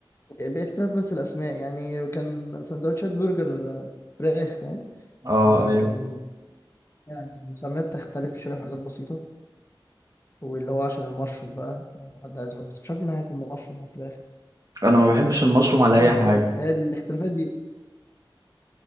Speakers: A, on the left (about 30°); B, on the right (about 45°).
A: آه، باختلاف بس الاسماء يعني كان سندوتشات برجر آه، فراخ فاهم
B: اه
A: فكان
B: ايوه
A: يعني المسميات تختلف شوية في حاجات بسيطة واللي هو عشان المشروم بقى لو حد عايز يحط بس مش عارف ان هياكل مشروم على الفراخ
B: انا ما بحبش المشروم على
A: يعني
B: اي حاجة
A: الاختلافات دي